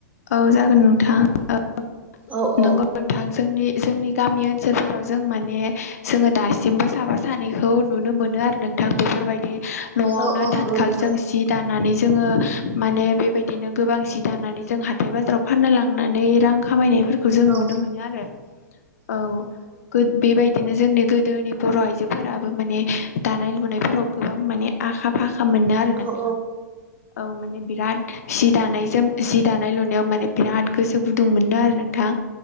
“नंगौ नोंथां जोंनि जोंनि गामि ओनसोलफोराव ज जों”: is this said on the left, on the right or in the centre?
Left